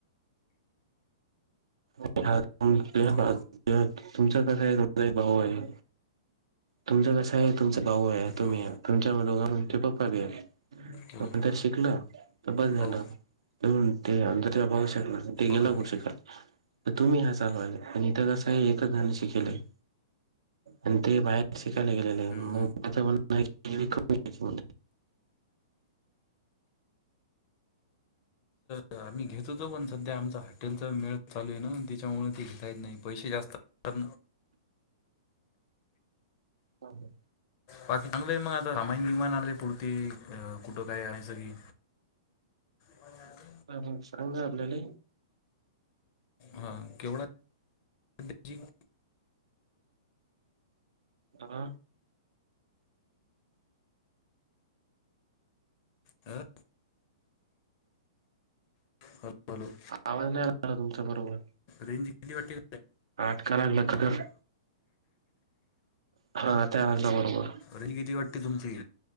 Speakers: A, on the right; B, on the left.
A: <inaudible> तुमचं
B: हॅलो
A: कसं आहे तुमचा एक भाऊ आहे तुमचं कस आहे तुमचा भाऊ आहे तुम्ही
B: हो
A: तुमच्या मघ तमचे पप्पा बी आहेत
B: हो ना
A: आपण तर शिकल तर बस झालं
B: हो हो
A: ह ते ब शकल तेेला
B: ना हो ना.
A: कड शकल तर तुम्ही हा सांगवाल आणि इथं कसं आहे एकच गाणं शिकेलंय आणि ते बाहेर शिकायला गेलेले
B: हम्म,
A: मगण
B: हम्म.
A: कमी
B: तर आम्ही घेत होतो पण सध्या आमचा हॉटेलचा मेळ चालू आहे ना त्याच्यामुळेळ ते घेयच नाही पैसे जास्त अस
A: हा हां
B: बाकी चांगलं मग आता रामायण विमान आले आहे पुरती अ कुठं काय आहेयचं की प हात
A: ह सांग आपल्याला
B: हा केवढा द्यायची
A: हा
B: अं? अ
A: आवाज नाही आला तुमच्या बरोबर
B: रेंज किती वाटी
A: अटका लागला का तर हा त्या लागला बरोबर
B: रे गेली वाटते तुमची